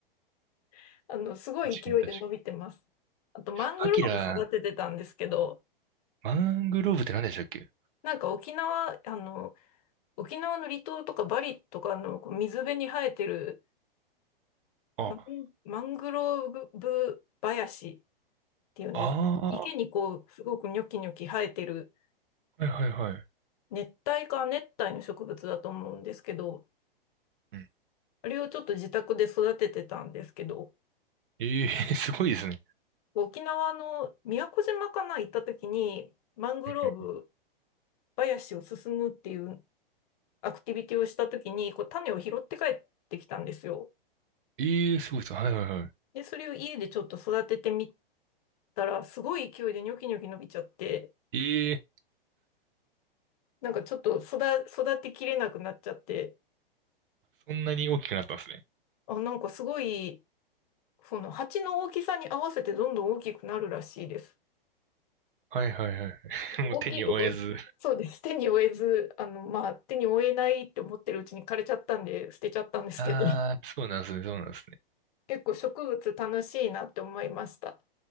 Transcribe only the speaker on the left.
<laughs> あの、すごい勢いで伸びてます。
あと、マングローブ育ててたんですけど、
なんか沖縄、あの、沖縄の離島とかバリとかのこう水辺に生えてる
マン、マングローブ林っていうんですか。
池にこう、すごくニョキニョキ生えてる
熱帯か亜熱帯の植物だと思うんですけど、
あれをちょっと自宅で育ててたんですけど、
沖縄の宮古島かな行った時に、マングローブ
林を進むっていうアクティビティをした時に、こう種を拾って帰ってきたんですよ。
で、それを家でちょっと育ててみたら、すごい勢いでニョキニョキ伸びちゃって、
なんかちょっと育、育てきれなくなっちゃって、
あ、なんかすごい、その鉢の大きさに合わせてどんどん大きくなるらしいです。
大きいところそうです。
手に負えず、あの、まあ、手に負えないって思ってるうちに枯れちゃったんで、捨てちゃったんですけど。
結構植物楽しいなって思いました。